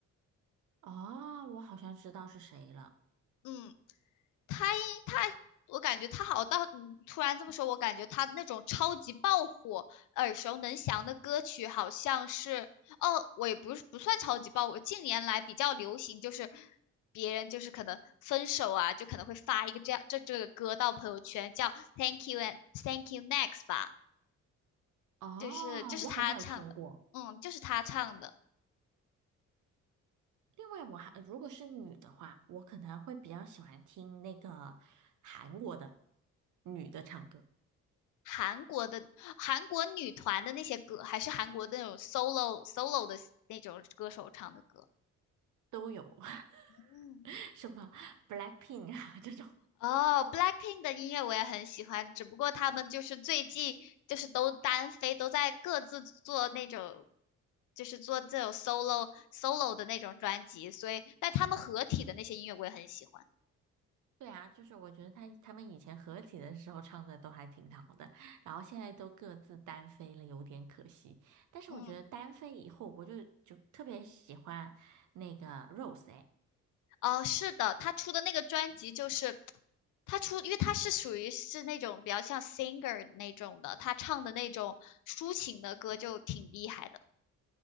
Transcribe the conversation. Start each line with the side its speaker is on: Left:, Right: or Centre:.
Right: 哦，我好像知道是谁了。
Left: 嗯。他他，我感觉他好到你突然这么说，我感觉他那种超级爆火、耳熟能详的歌曲，好像是哦，我也不是不算超级爆火，近年来比较流行，就是别人就是可能分手啊，就可能会发一个这样这这个歌到朋友圈，叫 Thank you and Thank you next 吧，
Right: 哦，
Left: 就是就是他唱的，
Right: 我好像有听过。
Left: 嗯，就是他唱的。
Right: 另外，我还如果是女的话，我可能会比较喜欢听那个韩国的女的唱歌，
Left: 韩国的韩国女团的那些歌，还是韩国的那种 solo solo 的那种歌手唱的歌。
Right: 都有 <laughs>
Left: 嗯，
Right: 什么 BLACKPINK 啊这种。
Left: 哦，Blackpink 的音乐我也很喜欢，只不过他们就是最近就是都单飞，都在各自做那种，就是做这种 solo solo 的那种专辑，所以但他们合体的那些音乐我也很喜欢。
Right: 对啊，就是我觉得他他们以前合体的时候唱的都还挺好的，然后现在都各自单飞了，有点可惜。但是我觉得单飞以后，
Left: 嗯，
Right: 我就就特别喜欢那个 Rose 哎。
Left: 哦，是的，他出的那个专辑就是他出，因为他是属于是那种比较像 singer 那种的，他唱的那种抒情的歌就挺厉害的。